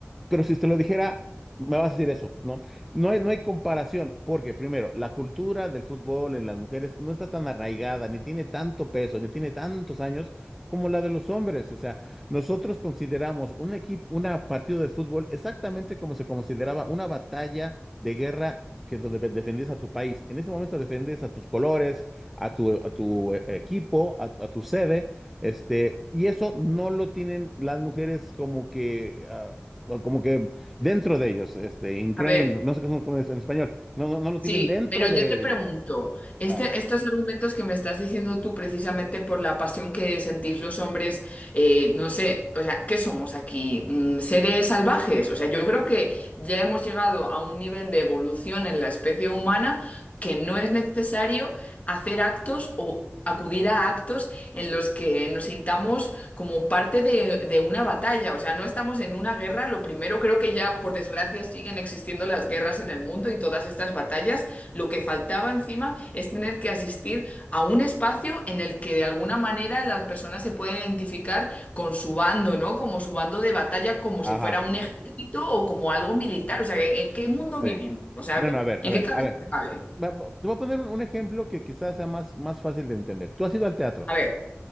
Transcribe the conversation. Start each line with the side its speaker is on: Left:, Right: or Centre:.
Centre: pero si te lo dijera, me vas a decir eso, ¿no? No hay, no hay comparación, porque primero, la cultura del fútbol en las mujeres no está tan arraigada, ni tiene tanto peso, ni tiene tantos años como la de los hombres. O sea, nosotros consideramos un equipo, una partido de fútbol exactamente como se consideraba una batalla de guerra que donde ve- defendías a tu país. En ese momento defendías a tus colores, a tu, a tu eh, equipo, a, a tu sede, este, y eso no lo tienen las mujeres como que ah, o como que dentro de ellos, este, ingrained,
Left: A ver,
Centre: no no sé cómo cómo es en español, no, no, no lo
Left: sí,
Centre: tienen dentro
Left: pero yo
Centre: de
Left: te pregunto,
Centre: ellos.
Left: este,
Centre: Ajá,
Left: estos argumentos que me estás diciendo tú precisamente por la pasión que sentís los hombres, eh, no sé, o sea, ¿qué somos aquí? Mm, ¿Seres salvajes? O sea, yo creo que ya hemos llegado a un nivel de evolución en la especie humana que no es necesario. hacer actos o acudir a actos en los que nos sintamos como parte de, de una batalla. O sea, no estamos en una guerra. Lo primero, creo que ya, por desgracia, siguen existiendo las guerras en el mundo y todas estas batallas. Lo que faltaba encima es tener que asistir a un espacio en el que de alguna manera las personas se pueden identificar con su bando, ¿no? Como su bando de batalla, como
Centre: ajá,
Left: si fuera un ejército o como algo militar. O sea, ¿en, en qué mundo
Centre: sí.
Left: vivimos? O sea,
Centre: No,
Left: a ver,
Centre: no, a ver,
Left: ¿en
Centre: a ver,
Left: qué cabeza
Centre: a ver.
Left: cabe?
Centre: Va- va- Te voy a poner un, un ejemplo que quizás sea más, más fácil de entender. Tú has ido al teatro.
Left: A ver,